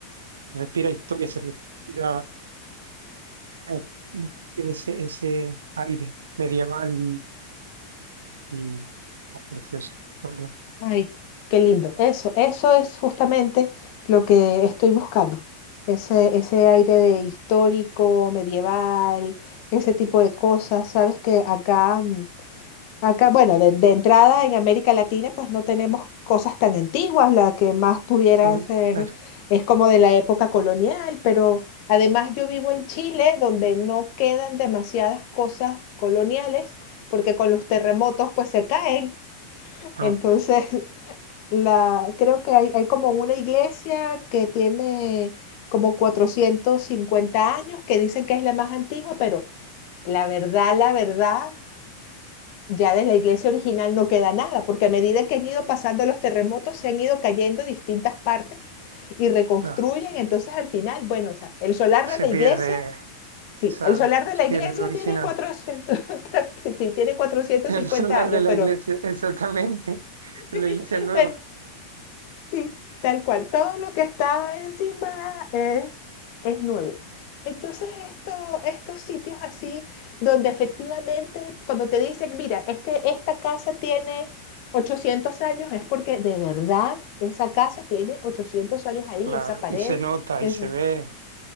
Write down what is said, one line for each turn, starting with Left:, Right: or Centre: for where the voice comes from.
Right: se respira historia, se respira... eh, tiene ese, ese aire medieval y oh, preciosa, la verdad.
Left: Ay, qué lindo. Eso, eso es justamente lo que estoy buscando. Ese, ese aire de histórico, medieval, ese tipo de cosas. Sabes que acá, mm, acá, bueno, de, de entrada en América Latina, pues no tenemos cosas tan antiguas. La que más pudiera
Right: Mm,
Left: ser
Right: Claro,
Left: es como de la época colonial, pero además yo vivo en Chile, donde no quedan demasiadas cosas coloniales, porque con los terremotos pues se caen.
Right: ah,
Left: Entonces, <laughs> La, creo que hay, hay como una iglesia que tiene como 450 años, que dicen que es la más antigua, pero la verdad, la verdad, ya de la iglesia original no queda nada, porque a medida que han ido pasando los terremotos, se han ido cayendo distintas partes y reconstruyen.
Right: claro.
Left: Entonces, al final, bueno, o sea, el solar
Right: Se
Left: de la
Right: pierde,
Left: iglesia, sí,
Right: esa-
Left: el solar de
Right: se
Left: la
Right: pierde
Left: iglesia
Right: el original.
Left: tiene cuatrocientos <laughs> sí, tiene cuatrocientos
Right: <laughs> El
Left: cincuenta
Right: solar
Left: años,
Right: de la
Left: pero,
Right: iglesia, exactamente. Pero
Left: <laughs>
Right: la iglesia es nueva.
Left: pero Sí, tal cual. Todo lo que está encima es, es nuevo. Entonces, esto, estos sitios así, donde efectivamente cuando te dicen, mira, es que esta casa tiene 800 años, es porque de verdad esa casa tiene 800 años ahí,
Right: Claro,
Left: esa pared,
Right: y se nota,
Left: es
Right: y se ve,